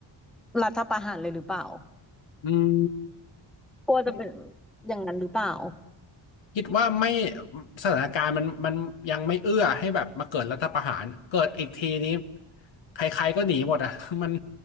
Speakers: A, in the centre; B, on the left.
A: รัฐประหารเลยหรือเปล่า
B: อืม
A: กลัวจะเป็น
B: คิด
A: อย่างนั้นหรือเปล่า
B: คิดว่าไม่สถานการณ์มันมันยังไม่เอื้อให้แบบมาเกิดรัฐประหารเกิดอีกทีนี้ใครๆก็หนีหมดอ่ะ <laughs> มัน